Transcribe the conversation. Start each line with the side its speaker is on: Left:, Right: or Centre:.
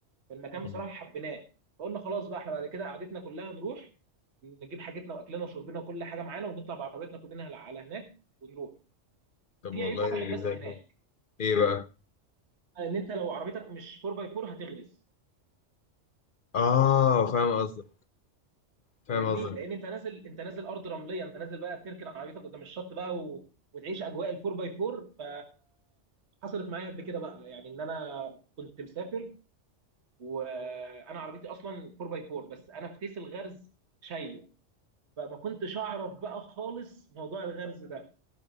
Right: المكان بصراحه
Left: مم.
Right: حبيناه فقلنا خلاص بقى احنا بعد كده قعدتنا كلها نروح نجيب حاجتنا واكلنا وشربنا وكل حاجه معانا ونطلع بعربيتنا كلنا على على هناك ونروح
Left: طب
Right: في
Left: والله
Right: عيب واحد
Left: زي
Right: بس
Left: الفل
Right: هناك
Left: ايه بقى
Right: ان انت لو عربيتك مش 4 باي 4 هتغرز
Left: اه فاهم قصدك فاهم
Right: فاهمني
Left: قصدك
Right: لان انت نازل انت نازل ارض رمليه انت نازل بقى تركن عربيتك قدام الشط بقى و... وتعيش اجواء ال 4 باي 4 ف حصلت معايا قبل كده بقى يعني ان انا كنت مسافر وانا عربيتي اصلا 4 باي 4 بس انا في تيس الغرز شايله فما كنتش اعرف بقى خالص موضوع الغرز ده